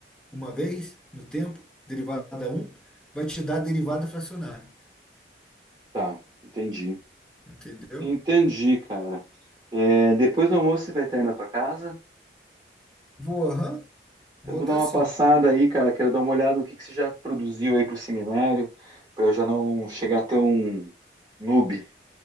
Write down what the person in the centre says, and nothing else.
uma vez no tempo, derivada um vai te dar a derivada fracionária.
Entendeu?
Vou, aham,
vou
estar
sim.